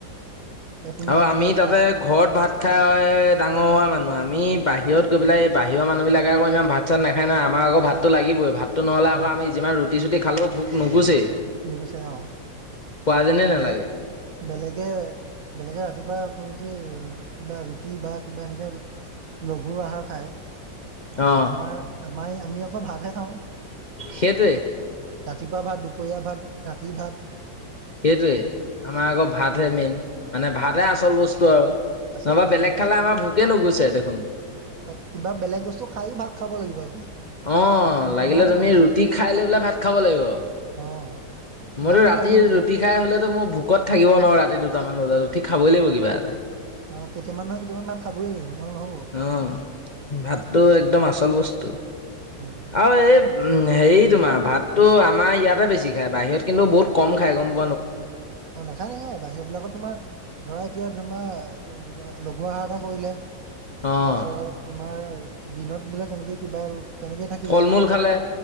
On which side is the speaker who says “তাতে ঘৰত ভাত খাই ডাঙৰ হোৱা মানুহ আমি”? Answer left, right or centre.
Left